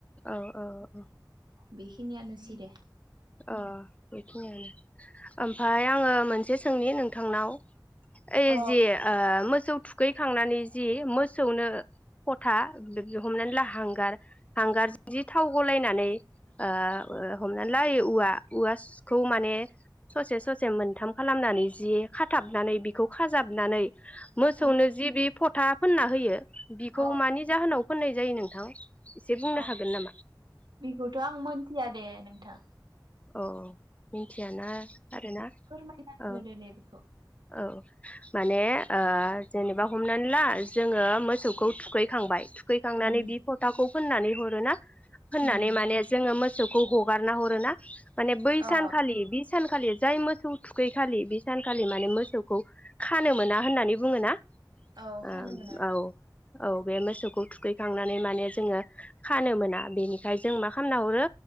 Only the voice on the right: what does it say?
बेखिनियानोसै दे।
औ
औ
औ
औ
बेखौथ' आं मोनथिया दे नों था।
फोरमायनानै
होदो दे बेखौ
उम
उम
अ
औ
खानो मोना